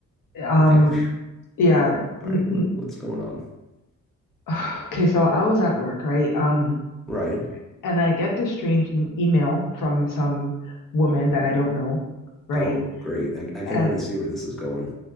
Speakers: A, on the left; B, in the centre.
A: Um,
B: okay. phew.
A: yeah. N
B: All right,
A: n
B: what, what's going on?
A: <sighs> okay, so I was at work, right? Um,
B: Right.
A: and I get this strange e email from some woman that I don't know, right?
B: Oh, great. I, I can
A: And
B: already see where this is going.